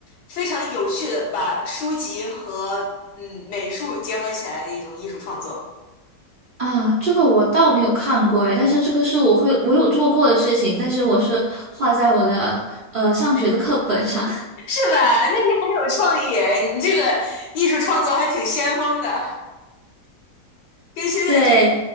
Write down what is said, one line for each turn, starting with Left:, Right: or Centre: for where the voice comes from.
Left: 非常有趣的把书籍和嗯美术结合起来的一种艺术创作，
Right: 啊，这个我倒没有看过诶，但是这个是我会我有做过的事情，但是我是画在我的呃上学的课本上。<laughs>
Left: 是吧？那你很有创意，你这个艺术创作还挺先锋的。跟现在这个
Right: 对，